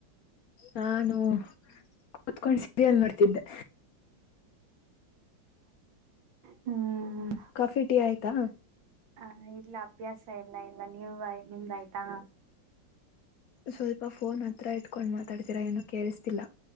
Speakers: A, on the left (about 60°); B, on the right (about 80°).
A: ನಾನು ಕುತ್ಕೊಂಡ್ ಸೀರಿಯಲ್ ನೋಡ್ತಿದ್ದೆ
B: ಹ್ಮ್
A: ಕಾಫಿ ಟೀ ಆಯ್ತಾ
B: ಹ ಇಲ್ಲ ಅಭ್ಯಾಸ ಎಲ್ಲ ಎಲ್ಲ ನೀವು ನಿಮ್ದಾಯ್ತಾ
A: ಸ್ವಲ್ಪ ಫೋನ್ ಹತ್ರ ಇಟ್ಕೊಂಡ್ ಮಾತಾಡ್ತಿೀರಾ ಏನು ಕೇಳಿಸ್ತಿಲ್ಲಾ